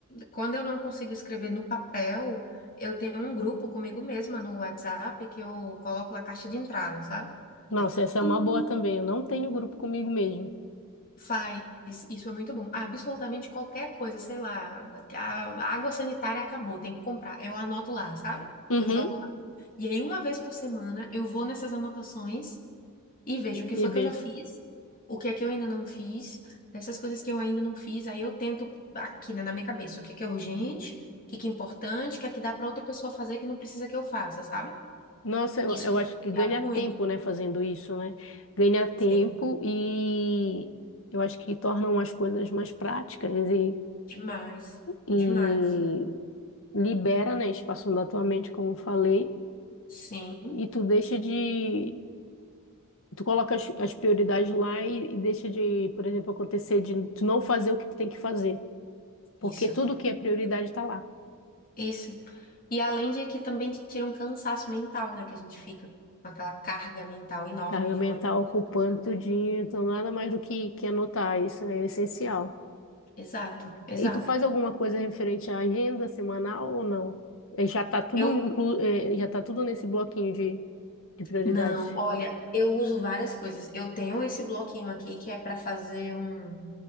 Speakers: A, on the left (about 40°); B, on the left (about 65°).
A: quando eu não consigo escrever no papel, eu tenho um grupo comigo mesma no WhatsApp que eu coloco a caixa de entrada, sabe?
B: Nossa,
A: Aí
B: essa
A: tudo
B: é uma boa também. Eu não tenho grupo comigo mesmo.
A: Faz, isso é muito bom. Absolutamente qualquer coisa, sei lá, a água sanitária acabou, tem que comprar. Eu anoto lá, sabe?
B: Uhum,
A: Eu jogo lá. E aí, uma vez por semana, eu vou nessas anotações e vejo o que
B: e
A: foi
B: vejo.
A: que eu já fiz, o que é que eu ainda não fiz, dessas coisas que eu ainda não fiz, aí eu tento aqui, né, na minha cabeça, o que é que é urgente, o que é que é importante, o que é que dá para outra pessoa fazer que não precisa que eu faça, sabe?
B: Nossa, eu,
A: Isso
B: eu
A: tem
B: acho
A: me
B: que ganha
A: ajudado muito.
B: tempo, né, fazendo isso, né? Ganha tempo
A: Sim,
B: e eu acho que tornam as coisas mais práticas e,
A: demais,
B: e
A: demais.
B: libera, né, espaço da tua mente, como eu falei,
A: Sim,
B: e tu deixa de, tu coloca as, as prioridades lá e, e deixa de, por exemplo, acontecer de tu não fazer o que tu tem que fazer, porque
A: isso.
B: tudo que é prioridade tá lá.
A: Isso. E além de que também te tira um cansaço mental, né? Que a gente fica com aquela carga mental enorme
B: Tá, minha
A: de
B: mãe
A: um monte
B: tá
A: de
B: ocupando
A: coisa pra fazer.
B: tudinho, então nada mais do que, que anotar, isso é essencial.
A: Exato, exato.
B: E tu faz alguma coisa referente à agenda semanal ou não? Eh, Já tá tudo
A: Eu
B: inclu, eh, já tá tudo nesse bloquinho de, de prioridades.
A: não, olha, eu uso várias coisas. Eu tenho esse bloquinho aqui que é pra fazer um